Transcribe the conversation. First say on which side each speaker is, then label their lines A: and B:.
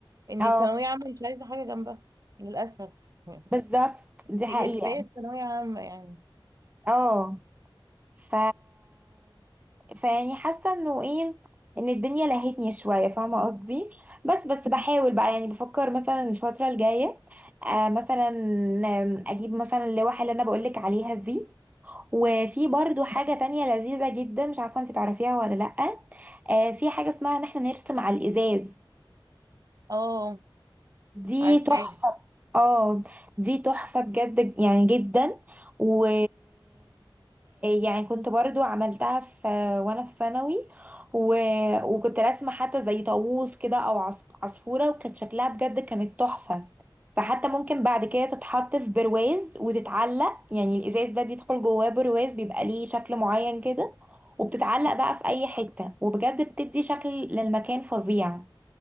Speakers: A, on the right; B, on the right.
A: ان
B: اه
A: ثانوية عامة مش عايزة حاجة جنبها للأسف <laughs>
B: بالظبط دي
A: هي
B: حقيقة
A: كفاية ثانوية عامة يعني
B: اه ف فيعني حاسة انه ايه ان الدنيا لهتني شوية فاهمة قصدي بس بس بحاول بقى يعني بفكر مثلا الفترة الجاية آه مثلا آم، اجيب مثلا اللوحة اللي انا بقولك عليها دي وفي برضو حاجة تانية لذيذة جدا مش عارفة انت تعرفيها ولا لأ آه في حاجة اسمها ان احنا نرسم على الازاز
A: اه
B: دي
A: عارفاها
B: تحفة اه دي تحفة بجد يعني جدا و يعني كنت برضو عملتها في وانا في ثانوي و... وكنت راسمة حتى زي طاووس كده او عص... عصفورة وكانت شكلها بجد كانت تحفة فحتى ممكن بعد كده تتحط في برواز وتتعلق يعني الازاز ده بيدخل جواه برواز بيبقى ليه شكل معين كده وبتتعلق بقى في اي حتة وبجد بتدي شكل للمكان فظيع